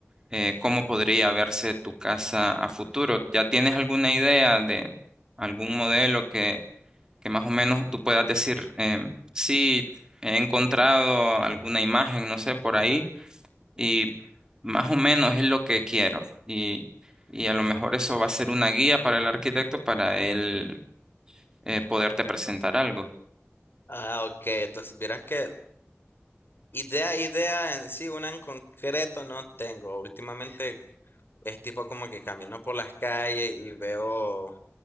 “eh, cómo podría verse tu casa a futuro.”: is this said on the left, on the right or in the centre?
Right